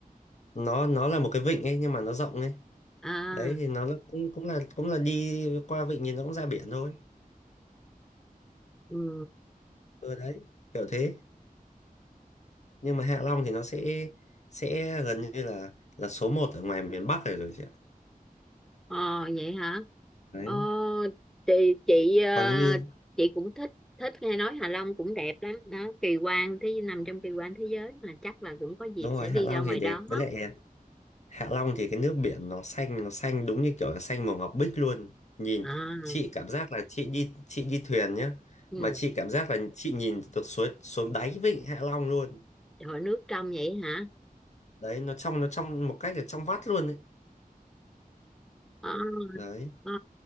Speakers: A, on the left; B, in the centre.
A: Nó nó là một cái vịnh ấy nhưng mà nó rộng ấy.
B: à
A: Đấy thì nó là- cũng cũng là cũng là đi qua vịnh thì nó cũng ra biển thôi.
B: ừ
A: Ừ đấy, kiểu thế. nhưng mà Hạ Long thì nó sẽ sẽ gần như là là số một ở ngoài miền Bắc rồi rồi chị ạ
B: ờ vậy hả
A: đấy
B: ờ chị chị ờ,
A: còn như
B: chị cũng thích thích nghe nói Hạ Long cũng đẹp lắm đó kỳ quan thế nằm trong kỳ quan thế giới mà chắc là cũng có dịp
A: đúng rồi
B: sẽ đi
A: Hạ Long
B: ra ngoài
A: thì đẹp
B: đó
A: với lại Hạ Long thì cái nước biển nó xanh nó xanh đúng như kiểu là xanh màu ngọc bích luôn nhìn
B: à
A: chị cảm giác là chị đi chị đi thuyền nhá
B: ừ
A: mà chị cảm giác là chị nhìn được suối xuống đáy vịnh Hạ Long luôn
B: Rồi nước trong vậy hả?
A: đấy nó trong nó trong một cách là trong vắt luôn ấy
B: Ờ,
A: đấy
B: ờ,